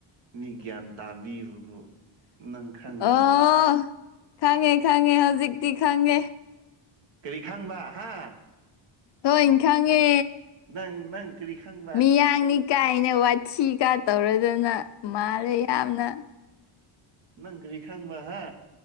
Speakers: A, on the right; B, on the left.
A: ꯃꯤ ꯒꯤꯌꯥꯟ ꯇꯥꯕꯤꯕꯕꯨ꯫ ꯅꯪ ꯈꯪꯗꯕꯩ
B: ꯑꯣ ꯈꯪꯉꯦ ꯈꯪꯉꯦ ꯍꯧꯖꯤꯛꯇꯤ ꯈꯪꯉꯦ
A: ꯀꯔꯤ ꯈꯪꯕ ꯍꯥ
B: ꯂꫭꯏ ꯈꯪꯉꯦ
A: ꯅꯪ ꯅꯪ ꯀꯔꯤꯈꯪ
B: ꯃꯤꯌꯥꯡꯅꯤ ꯀꯥꯏꯅ ꯋꯥꯊꯤ ꯀꯥ ꯇꯧꯔꯗꯅ ꯃꯥꯜꯂꯦ ꯌꯥꯝꯅ
A: ꯅꯪ ꯀꯔꯤ ꯈꯪꯕ ꯍꯥ꯫